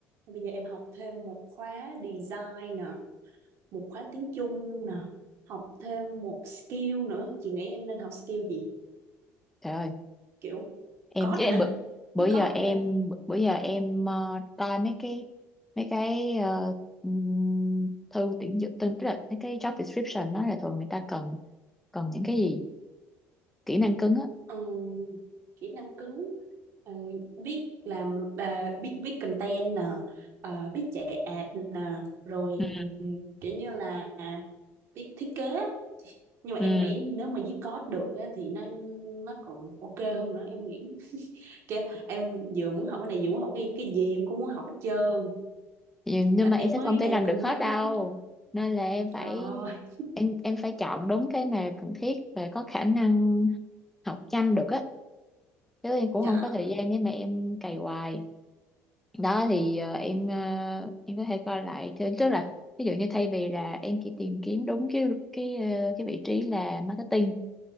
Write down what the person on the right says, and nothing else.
bây giờ em học thêm một khóa design nè một khóa tiếng Trung nè học thêm một skill nữa chị nghĩ em nên học skill gì
kiểu
code
hả
viết
code
hả ta
ừ, kỹ năng cứng ờ, biết làm à, biết viết content nè ờ, biết chạy ad nè rồi
kiểu như là biết thiết kế nhưng mà
em nghĩ nếu mà viết code được á, thì nó nó còn ok hơn nữa em nghĩ Chứ em vừa muốn học cái này vừa muốn học cái cái gì em cũng muốn học hết trơn
Nên
em
mới
đang
cân
nhắc
đó
trời ơi
dạ